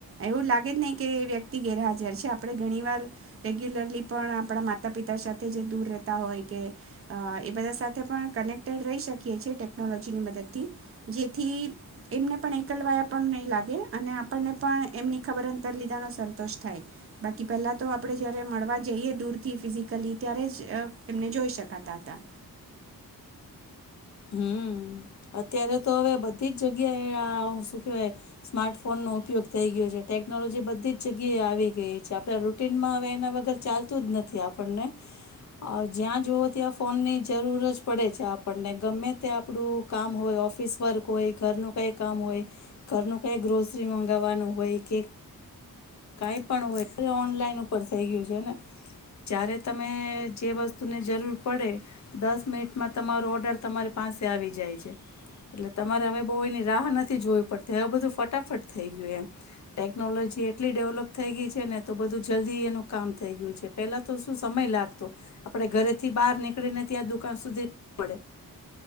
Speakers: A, on the right (about 35°); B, on the left (about 50°).
A: એવું લાગે જ નહિ કે વ્ય તી ગેરહાજર છે આપણે ઘણી વાર, રેગ્યુલરલી પણ આપણા માતા પિતા સાથે જે દૂર રહેતા હોય કે, અહ એ બધા સાથે પણ કનેક્ટેડ રહી શકીએ છીએ ટેકનોલોજીની મદદથી, જેથી એમને પણ એકલવાયા પણ નહી લાગે અને આપણને પણ એમની ખબર અંતર લીધાનો સંતોષ થાય, બાકી પેલા તો આપણે જયારે મળવા જઈએ દૂરથી ફિઝિકલી ત્યારે જ એમને જોઈ શકાતા હતા.
B: હમ્મ પીઅત્યારે તો હવે બધી જ જગ્યાએ આ શું કેવાય, સ્માર્ટ ફોન નો ઉપયોગ થઈ ગયો છે. ટેકનોલોજી બધી જ જગ્યાએ આવી ગઈ છે. આપ રૂટીનમાં હવે એના વગર ચાલતું જ નથી આપણને. જ્યાં જુવો ત્યાં ફોન ની જરૂર જ પડે છે આપણને ગમે તે આપણું કામ હોય ઓફિસ વર્ક હોય ઘરનું કઈ કામ હોય, ઘરનું કઈ ગ્રોસરી મગાવવાનું હોય કે કાંઈ પણ હોય ઓનલાઈન ઉપર થઈ ગયું છે ને, જ્યારે તમે જે વસ્તુને જરૂર પડે, દસ મિનિટમાં તમારો ઓર્ડર તમારી પાસે આવી જાય છે. એટલે તમારે હવે બહુ એની રાહ નથી જોવી પડતી હવે બધું ફટાફટ થઈ ગયું એમ. ટેકનોલોજી એટલી ડેવલોપ થઈ ગઈ છે ને તો બધું જલ્દી એનું કામ થઈ ગયું છે. પેલા તો શું સમય લાગતો, આપણે ઘરેથી બહાર નીકળીને ત્યાં દુકાન સુધી પડે